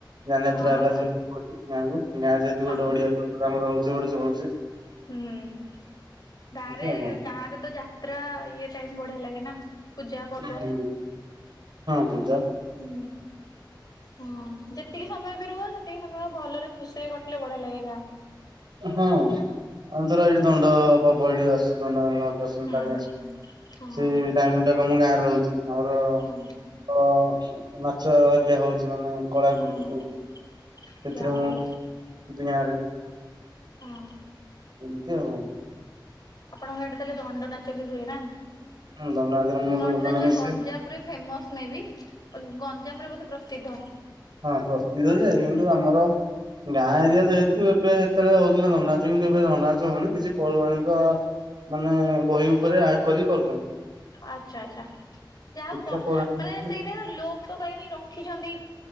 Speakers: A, on the right (about 65°); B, on the left (about 55°).
A: ଯାନଯାତ୍ରା
B: ହଁ
A: ହେଲା ଯେ ନାଇଁମ ଗାଁ ଯେହେତୁ,
B: ହଁ
A: ଗୋଟେ ଓଡିଆ ସେଠି ଆମେ ରହୁଚେ ଗୋଟେ ଚଳୁଛେ।
B: ହୁଁ, ଗାଁ ରେ
A: ଆଉ କଣ।
B: ଗାଁ ରେ ତ ଯାତ୍ରା ଇଏ ଟାଇମ ବ ଲାଗେ ନା। ପୂଜା ପର୍ବ।
A: ହୁଁ, ହହୁ।
B: ହୁଁ, ହଁ ଯେତିକି ସମୟ ବି ରୁହ ସେତିକି ସମୟ ଭଲରେ ଖୁସିରେ କଟିଲେ ବଢିଆ ଲାଗେ ଗାଁ।
A: ହଁ, ଅଞ୍ଚରା ଏଇଠି ଦଣ୍ଡ ପର୍ବ ଏଇଠି ଆସଚି ନା ଦ ରସୁଲ
B: ହୁଁ
A: କାଡେ ଆସ
B: ହଁ
A: ସେ, ଡାଇମୁଣ୍ଡା କ ଆମ ଗାଁରେ ରହୁଛି। ଆମର
B: ହୁଁ
A: ନାଚ ହରିକା ହଉଛି ମାନେ କଳାକୃତି
B: ହୁଁ
A: ସବୁ ସେଥିରେ
B: ଯାହା
A: ମୁଁ
B: ହଉ
A: ଦିଆ ରେ
B: ହୁଁ।
A: କେମିତି ହବ?
B: ଆପଣଙ୍କ ଆଡେ ତାହେଲେ, ଦଣ୍ଡ ନାଚ ବି ହୁଏ ନା
A: ଦଣ୍ଡନାଚରେ ମୁଁ
B: ଦଣ୍ଡନାଚ
A: ମାନେ ମିଶେ।
B: ଗଞ୍ଜାମରେ ଫେମସ ମେବି ଓ ଗଞ୍ଜାମ ରେ ବୋଧେ ପ୍ରସିଦ୍ଧ।
A: ହଁ ପ୍ରସ୍ତିତ ଯେ କିନ୍ତୁ, ଆମର ଗାଁ ଏରିଆ ଯେହେତୁ, ଏବେ ସେତେବେଳେ ହଉଥିଲା ଦଣ୍ଡନାଚ। କିନ୍ତୁ, ଏବେ ଦଣ୍ଡନାଚ ହଉନି କିଛି ପୌରରାଣୀକ ମାନେ ବହି ଉପରେ ଆଟ୍ କରି କରୁଛନ୍ତି।
B: ଆଚ୍ଛା ଆଚ୍ଛା। ଯାହା
A: କିଛିଟା
B: ହଉ
A: ପୌରାଣିକ
B: ମାନେ ସେଇଟା ଲୋପ ତ ପାଇନି ରଖିଛନ୍ତି।